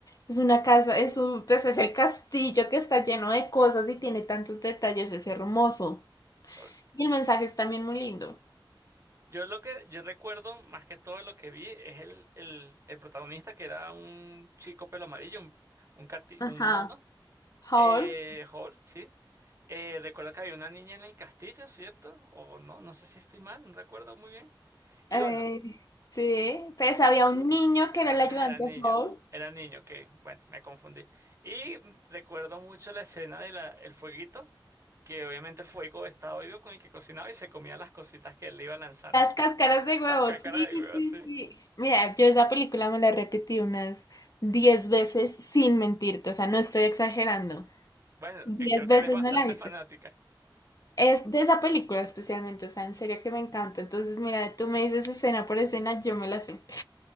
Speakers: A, on the left (about 45°); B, on the right (about 35°).
A: Es una casa, es un, pues es el castillo que está lleno de cosas y tiene tantos detalles. Es hermoso.
B: Ok.
A: Y el mensaje es también muy lindo.
B: Yo lo que yo recuerdo más que todo lo que vi es el, el, el protagonista que era un chico pelo amarillo, un, un, cati-
A: Ajá.
B: un mono.
A: Howl.
B: Eh, Hall, sí. Eh, recuerdo que había una niña en el castillo, ¿cierto? O no, no sé si estoy mal, no recuerdo muy bien. Y
A: Ay,
B: bueno.
A: sí, pues había un niño que era
B: Ah,
A: el ayudante
B: era niño.
A: de Howl.
B: Era niño, ok. Bueno, me confundí. Y recuerdo mucho la escena de la, el fueguito, que obviamente el fuego estaba vivo con el que cocinaba y se comía las cositas que él le iba lanzando.
A: Las cáscaras
B: <laughs>
A: de huevo,
B: Las cácaras
A: sí,
B: de huevo,
A: sí,
B: sí.
A: sí. Mira, yo esa película me la repetí unas 10 veces sin mentirte, o sea, no estoy exagerando.
B: Bueno,
A: diez
B: eh, creo que
A: veces
B: eres bastante
A: me la hice.
B: fanática.
A: Es de esa película especialmente, o sea, en serio que me encanta. Entonces, mira, tú me dices escena por escena, yo me la sé.